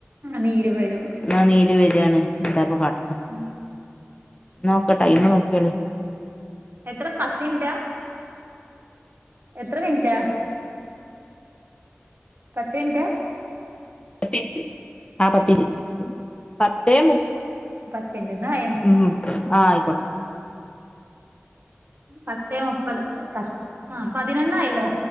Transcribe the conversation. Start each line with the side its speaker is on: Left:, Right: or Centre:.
Right: നീരും വരും
Left: നാ നീര് വരിയാണ് എന്താപ്പ കാട്ടണെ.
Right: ഉം
Left: നോക്ക് ടൈം നോക്കിയോളി.
Right: എത്ര പത്ത് മിൻറ്റാ എത്ര മിൻറ്റാ പത്ത് മിനിറ്റാ
Left: പത്തിഞ്ച് ആ പത്തിഞ്ച് പത്തേ മു
Right: പത്തിന്റെ തായേണ്
Left: ഉം ആഹ് ആയിക്കോട്ടെ
Right: പത്തേ മുപ്പത് പ ആഹ് പതിനൊന്നായല്ലോ.